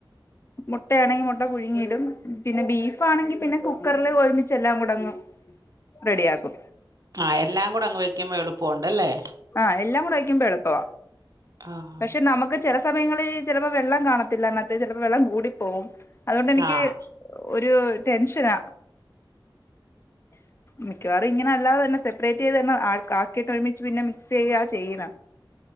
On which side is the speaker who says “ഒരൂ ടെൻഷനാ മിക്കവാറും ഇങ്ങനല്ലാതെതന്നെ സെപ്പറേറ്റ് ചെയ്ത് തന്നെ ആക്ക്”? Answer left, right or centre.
Left